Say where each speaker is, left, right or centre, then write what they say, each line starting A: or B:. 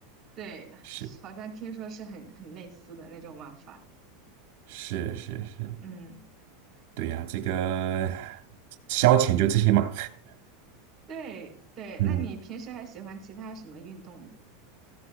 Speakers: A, on the right; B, on the right.
A: 对，
B: 是
A: 好像听说是很很类似的那种玩法。
B: 是是是，
A: 嗯，
B: 对呀，这个消遣就这些嘛。
A: 对对，
B: 嗯，
A: 那你平时还喜欢其他什么运动吗？